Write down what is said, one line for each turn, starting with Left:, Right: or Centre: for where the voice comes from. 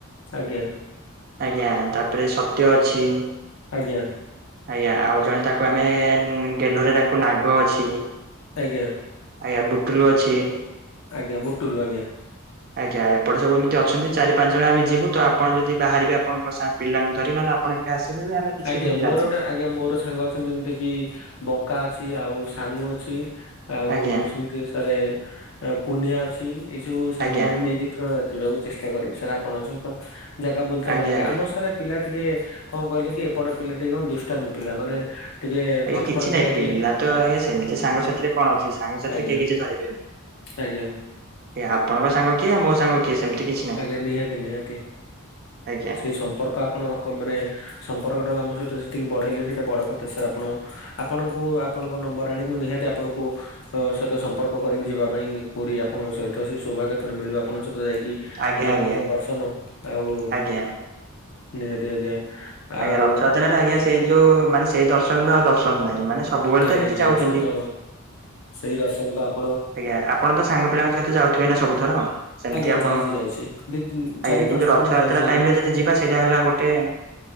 Left: ଆଜ୍ଞା
Right: ଆଜ୍ଞା ତାପରେ ସତ୍ୟ ଅଛି।
Left: ଆଜ୍ଞା।
Right: ଆଜ୍ଞା ଆଉ ଜଣେ ତାକୁ ଆମେ ଗେହ୍ଲରେ ଡାକୁ ନାଗ ଅଛି।
Left: ଆଜ୍ଞା।
Right: ଆଜ୍ଞା, ବୁଟୁଲୁ ଅଛି।
Left: ଆଜ୍ଞା, ଭୁଟୁଲୁ, ଆଜ୍ଞା।
Right: ଆଜ୍ଞା ଏପଟେ ସବୁ ଏମିତି ଅଛନ୍ତି, ଚାରି ପାଞ୍ଚ ଜଣ ଆମେ ଯିବୁ ତ। ଆପଣ ଯଦି ବାହାରିବେ, ଆପଣଙ୍କ ସାଙ୍ଗ ପିଲାଙ୍କୁ ଧରି, ନହେଲେ ଆପଣ ଏକା ଆସିଲେ ବି ଆମେ କିଛି
Left: ଆଜ୍ଞା
Right: ଖୋଜି
Left: ମୋର
Right: ରାଜି
Left: ଗୋଟେ ଆଜ୍ଞା ମୋର ସାଙ୍ଗ ଅଛ୍। ଯେମିଟା କି ବଙ୍କା ଅଛି, ଆଉ ସାନୁ ଅଛି। ଆଉ
Right: ଆଜ୍ଞା
Left: <unintelligible> ଦେଶରେ ପୂନିଆ ଅଛି, ଏଇ ସବୁ ସାଙ୍ଗ
Right: ଆଜ୍ଞା
Left: ମାନଙ୍କୁ ନେଇକି ତ୍ରଅ ଯିବାକୁ ଚେଷ୍ଟା କରିବି ସାର୍, ଆପଣଙ୍କ ସହିତ ଜାଗା ବୁଲତେ
Right: ଆଜ୍ଞା
Left: ଭଲ ଲାଗେ
Right: ଆଜ୍ଞା।
Left: ଆମର ସାର୍, ପିଲା ଟିକେ କଣ କହିଲେ କି ଏପଟ ପିଲା, ଟିକେ କଣ ଦୁଷ୍ଟାମୀ ପିଲା ମାନେ ଟିକେ
Right: ଆଜ୍ଞା,
Left: ନଟଖଟ
Right: କିଛି ନାହିଁ। ପିଲା
Left: ଟିକେ
Right: ତ ଆଜ୍ଞା ସେମିତି ସାଙ୍ଗସାଥିରେ କଣ ଅଛି, ସାଙ୍ଗସାଥିରେ
Left: ଆଜ୍ଞା
Right: କିଏ କିଛି ଧରିବେନହିଁ।
Left: ଆଜ୍ଞା।
Right: ଏ ଆପଣଙ୍କ ସାଙ୍ଗ କିଏ ମୋ ସାଙ୍ଗ କିଏ ସେମିତି କିଛି ନାହିଁ
Left: ଆଜ୍ଞା ନିହାତି ନିହାତି
Right: ଆଜ୍ଞା
Left: ସେଇ ସମ୍ପର୍କ ଆପଣ ରଖ କ ମାନେ ସମ୍ପର୍କଟାକ ଆମ ସହିତ ସେତିକି ବଢେଇଲେ ସେଇଟା ବଡ କଥା ସାର୍ ଆପଣ ଆପଣଙ୍କୁ ଆପଣଙ୍କ ନମ୍ବର ଆଣିକି ମୁ ନିହାତି ଆପଣଙ୍କୁ ତ ସହିତ ସମ୍ପର୍କ କରିବି ଯିବା ପାଇଁ ପୁରୀ ଆପଣଙ୍କ ସହିତ ସେ ସୌଭାଗ୍ୟ ଥରେ ମିଳିବ ଆପଣଙ୍କ ସହିତ ଯାଇକି। ଜଗନ୍ନାଥଙ୍କ
Right: ଆଜ୍ଞା ଆଜ୍ଞା
Left: ଦର୍ଶନ ଆଉ
Right: ଆଜ୍ଞା।
Left: ନିହାତି ଆଜ୍ଞା।
Right: ଆଜ୍ଞା
Left: ଆଉ
Right: ରଥଯାତ୍ରାରେ ଆଜ୍ଞା ସେଇ ଯୋଉ ମାନେ ସେଇ ଦର୍ଶନରେ ଆଉ ଦର୍ଶନ ନାହିଁ ମାନେ ସବୁବେଳେ
Left: ନାଇଁ
Right: ତ ଏମିତି
Left: ଆଜ୍ଞା
Right: ଯାଉଚନ୍ତି।
Left: ସେଇ ତ ସେଇ ଦର୍ଶନ ତାପ୍
Right: ଆଜ୍ଞା ଆପଣ ତ ସାଙ୍ଗ ପିଲାଙ୍କ ସହିତ ଯାଉଥିବେ ନା ସବୁଥର। ସେମିତି
Left: ଆଜ୍ଞା
Right: ଆପଣ
Left: ଯାଇଛି ଯାଇଛି ଦି ତିନି ଚାରି
Right: ଆଜ୍ଞା
Left: ପାଞ୍ଚ
Right: କିନ୍ତୁ
Left: ଥର
Right: ରଥଯାତ୍ରା
Left: ମୁଁ ଯାଇଛି ଆଜ୍ଞା
Right: ଟାଇମ୍ ରେ ଯଦି ଯିବା ସେଇଟା ହେଲା ଗୋଟେ